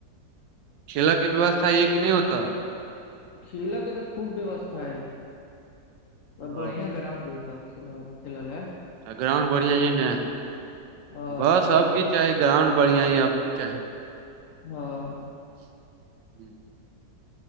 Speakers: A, on the right (about 80°); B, on the left (about 65°).
A: खेलके व्यवस्था अय कि नहि होत?
B: खेल के तऽ खूब व्यवस्था है
A: ओ
B: बढ़िया ग्रामउंड अय। तऽ खेल खेलय ला।
A: अच्छ ग्राउण्ड बढ़िआँ अइ ने
B: हँ
A: बस
B: एकदम बड़का
A: आब की चाही ग्राउंड बढ़िआँ अइ आब की चाही।
B: हँ
A: <inaudible>